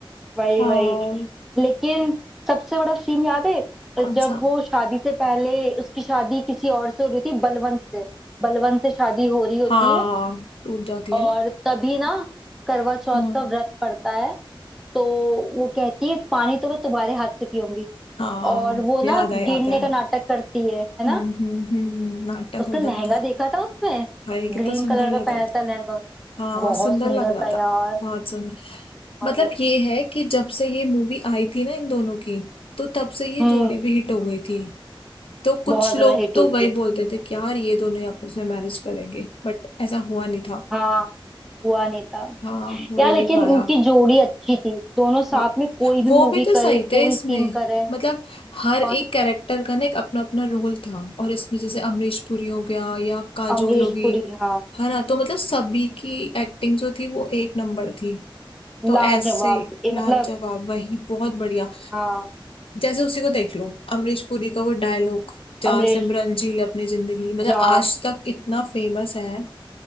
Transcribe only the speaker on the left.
हाँ
कौन
सा
हाँ
टूट जाती
है ना
हम्म
हाँ
याद
आया
याद आया
हम्म हम्म हम्म नाटक
होता
था
भाई कितना
सुंदर
लग
रहा
हाँ
सुंदर
लग रहा
था
बहुत सुंदर
मतलब
ये है कि जब से ये मूवी आई थी ना इन दोनों की तो तब से ये
जोड़ी भी हिट हो गई थी तो कुछ
लोग
तो
वही बोलते थे कि यार ये दोनों ही आपस में मैरिज करेंगे बट ऐसा हुआ नहीं था
हाँ हो
ही नहीं
पाया
हाँ
वो
भी तो
सही थे
इसमें
मतलब हर
एक कैरेक्टर का ना एक अपना अपना रोल था और इसमें जैसे अमरीश पुरी हो गया या काजोल
होगी
है ना तो मतलब सभी की एक्टिंग जो थी वो एक नंबर थी तो
ऐसे
लाजवाब
वही बहुत बढ़िया
जैसे उसी को देख लो अमरीश पुरी का वो डायलॉग जहाँ
सिमरन जी अपनी जिंदगी मतलब
आज तक इतना फेमस है